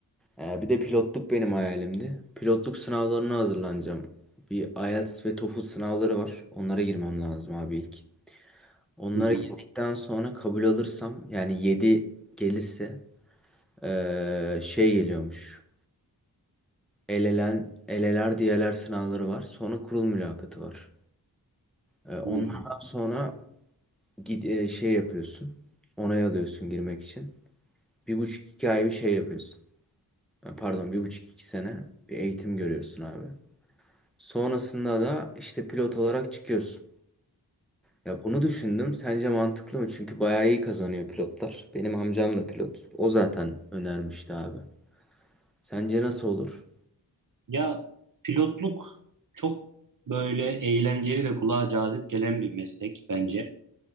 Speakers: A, in the centre; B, on the right.
A: e, bir de pilotluk benim hayalimdi. Pilotluk sınavlarına hazırlanacağım. Bir IELTS ve TOEFL sınavları var. Onlara girmem lazım abi ilk. Onlara
B: Hı hı.
A: girdikten sonra kabul alırsam yani 7 gelirse e, şey geliyormuş. elelen, eleler diyeler sınavları var. Sonra kurul mülakatı var. E, onlardan
B: Hmm.
A: sonra git, e, şey yapıyorsun. Onay alıyorsun girmek için. Bir buçuk iki ay bir şey yapıyorsun. E, Pardon bir buçuk iki sene bir eğitim görüyorsun abi. Sonrasında da işte pilot olarak çıkıyorsun. Ya bunu düşündüm. Sence mantıklı mı? Çünkü bayağı iyi kazanıyor pilotlar. Benim amcam da pilot. O zaten önermişti abi. Sence nasıl olur?
B: Ya pilotluk çok böyle eğlenceli ve kulağa cazip gelen bir meslek bence.